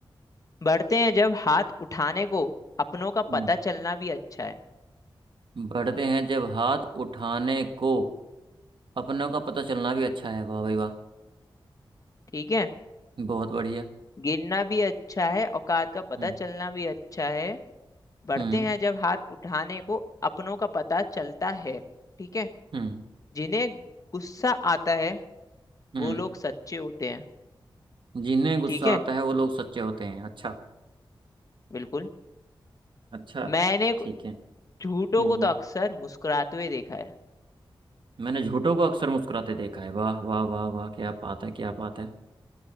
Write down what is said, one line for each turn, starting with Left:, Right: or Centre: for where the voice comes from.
Left: बढ़ते हैं जब हाथ उठाने को अपनों का
Right: हम्म।
Left: पता चलना भी अच्छा है
Right: बढ़ते हैं जब हाथ उठाने को अपनों का पता चलना भी अच्छा है वाह भाई वाह
Left: ठीक है
Right: बहुत बढ़िया
Left: गिरना भी अच्छा है औकात का पता
Right: हम्म
Left: चलना भी अच्छा है बढ़ते
Right: हम्म
Left: हैं जब हाथ उठाने को अपनों का पता चलता है ठीक है
Right: हम्म
Left: जिन्हें गुस्सा आता है
Right: हम्म
Left: वो लोग सच्चे होते हैं
Right: जिन्हें गुस्सा
Left: ठीक है
Right: आता है वो लोग सच्चे होते हैं अच्छा
Left: बिल्कुल
Right: अच्छा
Left: मैंने
Right: ठीक है
Left: झूठों
Right: हम्म
Left: को तो
Right: हम्म
Left: अक्सर मुस्कुराते हुए देखा है
Right: मैंने झूठों को अक्सर मुस्कुराते देखा है वाह वाह वाह वाह क्या बात है क्या बात है